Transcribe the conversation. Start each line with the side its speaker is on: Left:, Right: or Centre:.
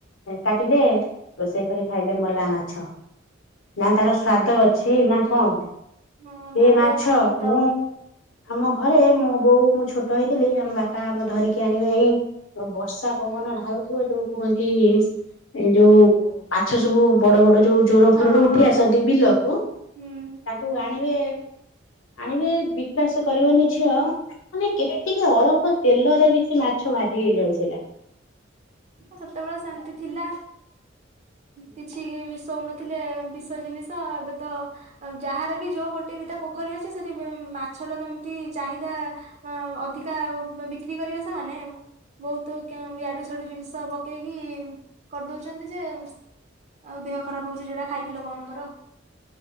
Left: କାଟିଲେ, ରୋଷେଇ କରି ଖାଇଲେ ମଲା ମାଛ। ନା, ତାର ସ୍ଵାଦ ଅଛି ନା! କଣ
Right: ହଁ
Left: ସେ
Right: ନା
Left: ମାଛ
Right: ଦେହ ପାଇଁ ହିତ
Left: ମୁଁ ଆମ ଘରେ ମୁଁ ବୋଉ ମୁଁ ଛୋଟ ହେଇଥିଲି ଆମ ବାପା ଆମ ଧରିକି ଆଣିବେ ଏଇ ବର୍ଷା ପବନ ଢାଳୁଥିବ ଯୋଉ କୁହନ୍ତି ଏ ଯୋଉ ମାଛ ସବୁ ବଡ ବଡ ଯୋଉ ଜୋର ଫୋରରୁ
Right: ହଁ
Left: ଉଠି
Right: ହଁ
Left: ଆସନ୍ତି ବିଲକୁ,
Right: ହୁଁ
Left: ତାକୁ ଆଣିବେ ଆଣିବେ ବିଶ୍ୱାସ କରିବନି ଝିଅ ମାନେ କେତିକି ଅଳ୍ପ ତେଲରେ ବି ସେ ମାଛ ଭାଜି ହେଇଯାଉଥିଲା।
Right: ସେତେବେଳେ ସେମିତି ଥିଲା। କିଛି ମିଶ ଶୋଉନଥିଲେ ବିଷ ଜିନିଷ। ଏବେ ତ ଯାହାର ବି ଯୋଉ ଗୋଟେ ଦିଟା ପୋଖରୀ ଅଛି ସେଠି ମାଛର କେମିତି ଚାହିଦା ଅଧିକା ବିକ୍ରି କରିବେ ସେମାନେ ବହୁତ କୁ ଇଆଡୁ ଜିନିଷ ପକେଇକି କରିଦଉଛନ୍ତି ଯେ ଆଉ ଦେହ ଖରାପ ହଉଚି ଯୋଉଟା ଖାଇକି ଲୋକମାନଙ୍କର।